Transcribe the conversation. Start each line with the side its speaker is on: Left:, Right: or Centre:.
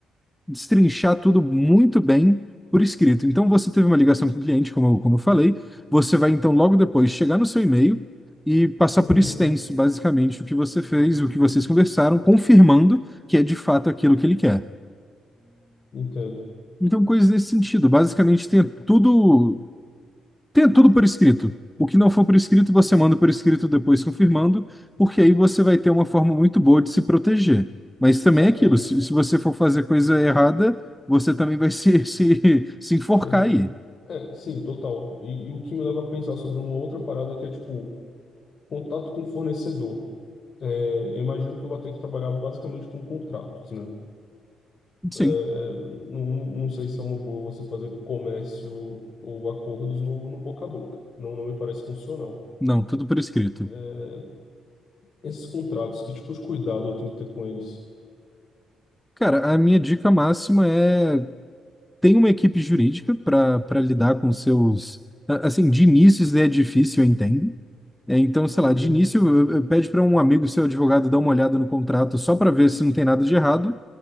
Centre: destrinchar tudo muito bem por escrito. Então, você teve uma ligação com o cliente, como, eu- como eu falei, você vai então logo depois chegar no seu e-mail e passar
Left: Uhum,
Centre: por extenso, basicamente, o que você fez, o que vocês conversaram, confirmando que é de fato aquilo que ele quer.
Left: entendo.
Centre: Então, coisas nesse sentido. Basicamente, tem tudo Tem tudo por escrito. O que não for por escrito, você manda por escrito depois confirmando, porque aí você vai ter uma forma muito boa de se proteger. Mas também
Left: Saquei.
Centre: é aquilo, se, se você for fazer coisa errada, você também vai se, <laughs> se, se enforcar
Left: Eu vou.
Centre: aí.
Left: É, sim, total. E, e o que me leva a pensar sobre uma outra parada que é, tipo, contato com o fornecedor. É, eu imagino que eu vou ter que trabalhar basicamente com contratos, né?
Centre: Sim,
Left: É, é, não, não- não sei se é uma boa você fazer comércio ou acordos no, no boca a boca. Não, não me parece funcional.
Centre: não, tudo por escrito.
Left: É, esses contratos, que tipo de cuidado eu tenho que ter com eles?
Centre: Cara, a minha dica máxima é tem uma equipe jurídica para para lidar com seus. a- Assim, de início isso daí é difícil, eu entendo. É, então, sei
Left: Uhum,
Centre: lá, de início, eu- eu- pede para um amigo seu advogado dar uma olhada no contrato só para ver se não tem nada de errado,